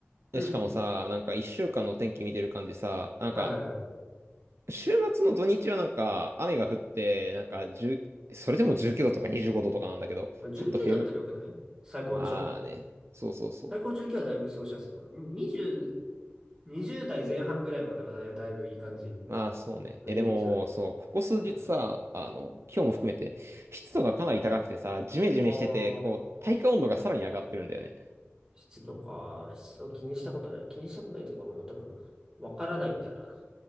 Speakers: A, on the right; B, on the right.
A: え、
B: うん。
A: しかもさ、なんか1週間の天気見てる感じさ、なんか、
B: はいはいはい。
A: 週末の土日はなんか雨が降って、なんか1それでも19度とか25度とかなんだけど、
B: まあ、19だったらよくない最高でしょ
A: ちょっと減る。まあね、そうそうそう。
B: 最高重9はだいぶ過ごしやすいと思う。20、にじゅう代前半ぐらいまではだいぶだいぶいい感じ
A: まあ、そうね。
B: のイメージある。
A: え、でも、そう、ここ数日さ、
B: うん。
A: あの、今日も含めて、湿度がかなり高くてさ、ジメジメしてて、
B: ああ、
A: こう、体感温度がさらに上がってるんだよね。
B: 湿度か。湿度気にしたことない。気にしたことないというかもう多分、わからないんだよな。